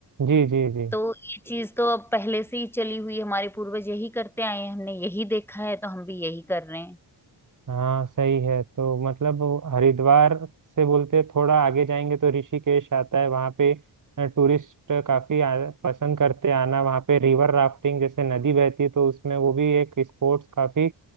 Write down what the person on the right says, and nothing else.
जी जी जी
हाँ सही है तो मतलब वो हरिद्वार से बोलते थोड़ा आगे जाएंगे तो ऋषिकेश आता है वहाँ पे टूरिस्ट काफी आ, पसंद करते हैं आना वहाँ पे रिवर राफ्टिंग जैसे नदी बहती है तो उसमें वो भी एक स्पोर्ट्स काफी